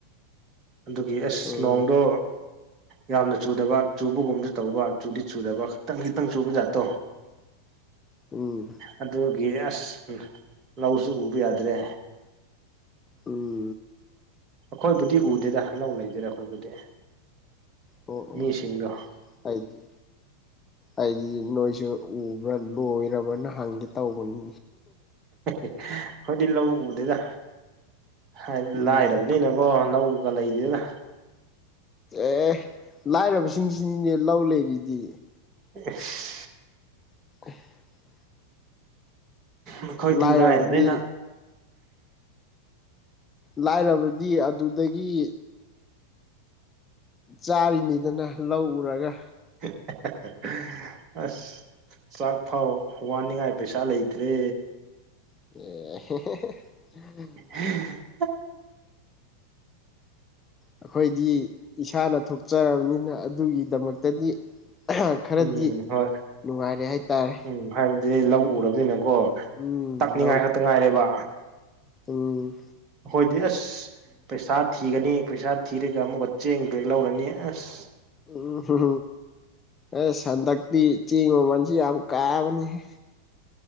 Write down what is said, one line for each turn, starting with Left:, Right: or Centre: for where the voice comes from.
Right: ꯑꯗꯨꯒꯤ ꯑꯁ
Left: ꯎꯝ
Right: ꯅꯣꯡꯗꯣ ꯌꯥꯝꯅ ꯆꯨꯗꯕ ꯆꯨꯕꯒꯨꯝꯁꯨ ꯇꯧꯕ ꯆꯨꯗꯤ ꯆꯨꯗꯕ ꯈꯤꯇꯪ ꯈꯤꯇꯪ ꯆꯨꯕ ꯖꯥꯠꯇꯣ
Left: ꯎꯝ
Right: ꯑꯗꯨꯒꯤ ꯑꯁ ꯎꯝ ꯂꯧꯁꯨ ꯎꯕ ꯌꯥꯗ꯭ꯔꯦ
Left: ꯎꯝ
Right: ꯑꯩꯈꯣꯏꯕꯨꯗꯤ ꯎꯗꯦꯗ ꯂꯧ ꯂꯩꯗꯦꯗ ꯑꯩꯈꯣꯏꯕꯨꯗꯤ
Left: ꯑꯣ ꯑꯣ
Right: ꯃꯤꯁꯤꯡꯗꯣ
Left: ꯑꯩꯗꯤ ꯑꯩꯗꯤ ꯅꯣꯏꯁꯨ ꯎꯕ꯭ꯔꯥ ꯂꯣꯏꯔꯕꯅ ꯍꯪꯒꯦ ꯇꯧꯕꯅꯤ
Right: ꯑꯩꯈꯣꯏꯗꯤ ꯂꯧ ꯎꯗꯦꯗ ꯍꯥꯏꯗꯤ
Left: ꯎꯝ
Right: ꯂꯥꯏꯔꯕꯅꯤꯅ ꯕꯣ ꯂꯧꯒ ꯂꯩꯗꯦꯗ
Left: ꯑꯦ ꯂꯥꯏꯔꯕꯁꯤꯡꯁꯤꯅꯤꯅꯦ ꯂꯧ ꯂꯩꯔꯤꯗꯤ
Right: ꯑꯤꯁ
Left: <unintelligible>
Right: ꯑꯩꯈꯣꯏꯗꯤ
Left: ꯂꯥꯏꯔꯕꯗꯤ
Right: ꯂꯥꯏꯔꯕꯅꯤꯅ
Left: ꯂꯥꯏꯔꯕꯗꯤ ꯑꯗꯨꯗꯒꯤ ꯆꯥꯔꯤꯅꯤꯗꯅ ꯂꯧ ꯎꯔꯒ
Right: <unintelligible> ꯑꯁ ꯆꯥꯛ ꯐꯥꯎ ꯋꯥꯟꯅꯤꯡꯉꯥꯏ ꯄꯩꯁꯥ ꯂꯩꯇ꯭ꯔꯦ
Left: <unintelligible>
Right: <unintelligible>
Left: ꯑꯩꯈꯣꯏꯗꯤ ꯏꯁꯥꯅ ꯊꯣꯛꯆꯔꯕꯅꯤꯅ ꯑꯗꯨꯒꯤꯗꯃꯛꯇꯗꯤ ꯈꯔꯗꯤ
Right: ꯎꯝ ꯍꯣꯏ
Left: ꯅꯨꯡꯉꯥꯏꯔꯦ ꯍꯥꯏꯇꯥꯔꯦ
Right: ꯎꯝ ꯍꯥꯏꯕꯗꯤ ꯂꯧ ꯎꯔꯗꯤꯅꯀꯣ
Left: ꯎꯝ
Right: ꯇꯛꯅꯤꯡꯉꯥꯏ ꯈꯛꯇ ꯉꯥꯏꯔꯦꯕ
Left: ꯑ‌ꯣ
Right: ꯑꯈ‌ꯣꯏꯗꯤ ꯑꯁ ꯄꯩꯁꯥ ꯊꯤꯒꯅꯤ ꯄꯩꯁꯥ ꯊꯤꯔꯒ ꯑꯃꯨꯛꯀ ꯆꯦꯡ ꯕꯦꯛ ꯂꯧꯔꯅꯤ ꯑꯁ
Left: ꯎꯝ ꯑꯁ ꯍꯟꯗꯛꯇꯤ ꯆꯦꯡ ꯃꯃꯟꯁꯤ ꯌꯥꯝ ꯀꯥꯕꯅꯤ ꯍ‌ꯦ